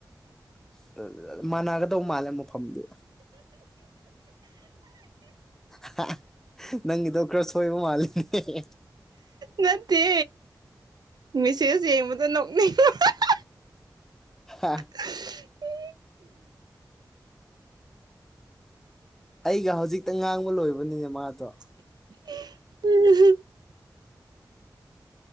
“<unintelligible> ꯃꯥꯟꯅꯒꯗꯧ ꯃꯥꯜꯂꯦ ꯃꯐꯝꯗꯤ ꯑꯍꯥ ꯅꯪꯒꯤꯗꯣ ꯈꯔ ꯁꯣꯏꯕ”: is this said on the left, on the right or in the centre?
Centre